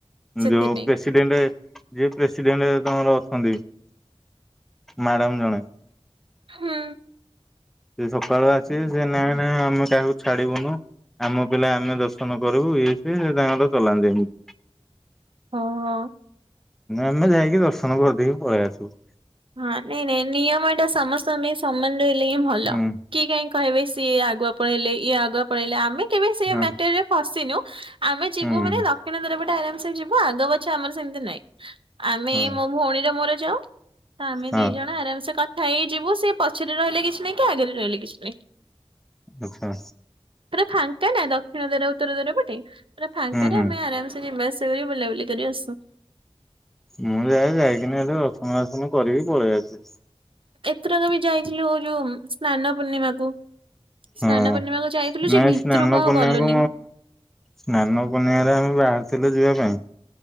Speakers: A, on the right (about 55°); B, in the centre.
A: ସେଥିପାଇଁ।
B: ଯୋଉ ପ୍ରେସିଡେଣ୍ଟ ଯିଏ ପ୍ରେସିଡେଣ୍ଟ ତମର ଅଛନ୍ତି ମ୍ୟାଡମ ଜଣେ।
A: ହୁଁ।
B: ସିଏ ସକାଳୁ ଆସିବେ ସିଏ ନାଇଁ ନାଇଁ ଆମେ କାହାକୁ ଛାଡିବୁନୁ। ଆମ ପିଲା ଆମେ ଦର୍ଶନ କରିବୁ ଇଏ ସିଏ ସେ ତାଙ୍କର ଚଲାନ୍ତି ଏମିତି।
A: ଓ ହୋ।
B: ଆମେ ଯାଇକି ଦର୍ଶନ କରିଦେଇକି ପଳେଇ ଆସିବୁ।
A: ହଁ ନାଇଁ ନାଇଁ ନିୟମ ଟା ସମସ୍ତଙ୍କ ପାଇଁ ସମାନ ରହିଲେ ହିଁ ଭଲ।
B: ହୁଁ
A: କିଏ କାଇଁ କହିବେ ସେ ସିଏ ଆଗୁଆ ପଢେଇଲେ ଇଏ ଆଗୁଆ ପଢେଇଲେ। ଆମେ କେବେ ସେ
B: ହଁ
A: ମ୍ୟାଟରରେ ଫସିନୁ। ଆମେ ଯିବୁ
B: ହୁଁ
A: ମାନେ ଦକ୍ଷିଣ ଦ୍ୱାରପଟେ ଆରାମସେ ଯିବୁ? ଆଗ ପଛ ଆମର ସେମିତି ନାଇଁ। ଆମେ
B: ହଁ।
A: ମୋ ଭଉଣୀର ମୋର ଯାଉ। ତ ଆମେ
B: ହଁ
A: ଦି ଜଣ ଆରାମସେ କ କଥା ହେଇ ଯିବୁ ସିଏ ପଛରେ ରହିଲେ କିଛି ନାଇଁ। କି ଆଗରେ ରହିଲେ କିଛି ନାଇଁ।
B: ଆଚ୍ଛା।
A: ପୁରା ଫାଙ୍କା ନା ଦକ୍ଷିଣ ଦ୍ଵାର ଉତ୍ତର ଦ୍ଵାର ପଟେ। ପୁରା ଫାଙ୍କାରେ
B: ହୁଁ ହୁଁ
A: ଆମେ ଆରାମସେ ଯିବା ଆସିବା ଏଇ ବୁଲାବୁଲି କରି ଆସୁ।
B: ମୁଁ ଯାଏ ଯାଇକିନି ହେଟି ରସନ ବାସନ କରିକି ପଳେଇ ଆସେ।
A: ଏଥରକ ବି ଯାଇଥିଲୁ ଏଇ ଯୋଉ ସ୍ନାନ ପୂର୍ଣ୍ଣିମାକୁ
B: ହଁ
A: ସ୍ନାନ ପୂର୍ଣ୍ଣିମାକୁ ଯାଇଥିଲୁ
B: ନାଇଁ
A: ଯେ ଭିତରୁ
B: ସ୍ନାନ
A: କଣ
B: ପୂର୍ଣ୍ଣିମାକୁ
A: ଗଲୁନି।
B: ସ୍ନାନ ପୂର୍ଣ୍ଣିମାରେ ଆମେ ବାହାରିଥିଲୁ ଯିବା ପାଇଁ।